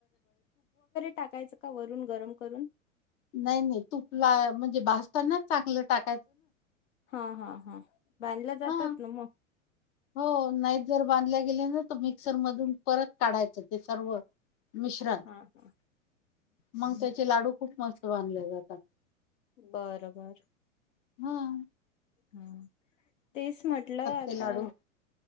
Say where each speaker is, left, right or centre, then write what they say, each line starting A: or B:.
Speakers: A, on the left (about 65°); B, on the left (about 35°).
A: टाकायच का वरून गरम करून?
B: नाई-नाई तूपला म्हणजे भासताना चांगलं टाक
A: हा, हा, हा बांधल्या जातात
B: हा
A: ना मग.
B: हो नाहीच जर बांधल्या गेल्या ना तर मिक्सर मधून परत काढायचं ते सर्व. मिश्रण
A: हा हा.
B: मग त्याचे लाडू खूप मस्त बांधले जातात.
A: बर बर.
B: हूं.
A: हम्म. तेच म्हटलं आता
B: ते लाडू